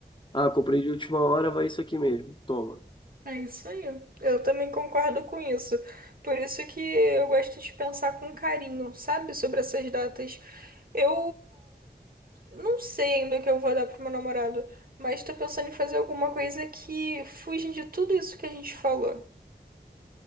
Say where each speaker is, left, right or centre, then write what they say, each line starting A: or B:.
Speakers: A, on the left; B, on the right.
A: ah, comprei de última hora, vai isso aqui mesmo, toma.
B: É isso aí. Eu também concordo com isso. Por isso que eu gosto de pensar com carinho, sabe, sobre essas datas. Eu não sei ainda o que eu vou dar pro meu namorado, mas tô pensando em fazer alguma coisa que fuja de tudo isso que a gente falou.